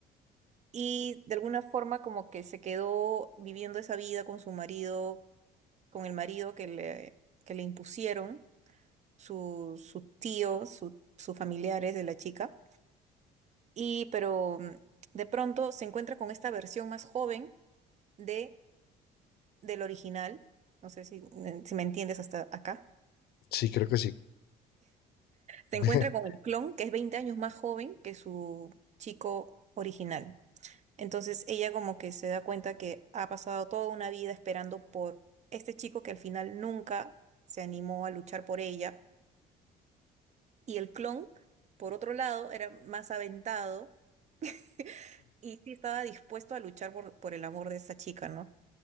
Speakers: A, on the right; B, on the left.
A: y de alguna forma como que se quedó viviendo esa vida con su marido, con el marido que le, que le impusieron su, su tío, su- sus familiares de la chica. Y pero mm, de pronto se encuentra con esta versión más joven. de del original, no sé si, eh, si me entiendes hasta acá,
B: Sí, creo que sí.
A: se
B: <laughs>
A: encuentra con el clon que es 20 años más joven que su chico original. Entonces ella como que se da cuenta que ha pasado toda una vida esperando por este chico que al final nunca se animó a luchar por ella. Y el clon, por otro lado, era más aventado <laughs> y sí estaba dispuesto a luchar por, por el amor de esta chica, ¿no?